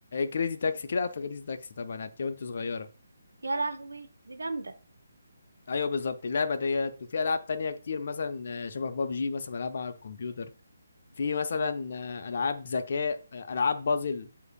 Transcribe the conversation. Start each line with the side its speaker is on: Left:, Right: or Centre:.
Left: كريزي تاكسي كده عارفه كريزي تاكسي طبعا لعبتيها وانت صغيره
Right: يا لهوي دي جامدة
Left: ايوه بالظبط اللعبه ديت وفي العاب تانية كتير مثلا آه، شبه بابجي مثلا بلعبها على الكمبيوتر في مثلا آه، العاب ذكاء آه، العاب بازل